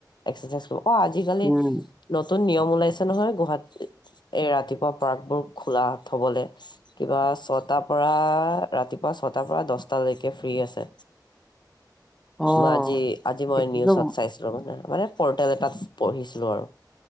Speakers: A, on the left; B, in the centre.
A: এক্সাৰচাইজ অ, আজিকালি
B: উম,
A: নতুন নিয়ম ওলাইছে নহয় গুৱাহাটী এই ৰাতিপুৱা পাৰ্ক বোৰ খোলা থবলে কিবা ছটাৰ পৰা ৰাতিপুৱা ছ নটাৰ পৰা দচটালৈকে ফ্ৰী আছে।
B: অ',
A: মই আজি-আজি মই
B: সেইটোতো
A: নিউজত চাইছিলো মানে - মানে। পৰ্টেল এটাত পঢ়িছিলো আৰু